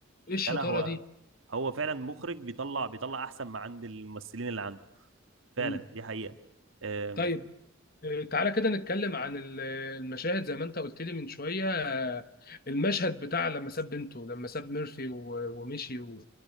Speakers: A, on the left; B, on the right.
A: ايه الشطاره
B: لا لا هو
A: دي
B: هو فعلا مخرج بيطلع بيطلع احسن ما عند الممثلين اللي عنده فعلا
A: مم.
B: دي حقيقة أم،
A: طيب آه، تعالى كده نتكلم عن ال- المشاهد زي ما انت قلت لي من شويه آه، المشهد بتاع لما ساب بنته لما ساب ميرفي و- ومشي و-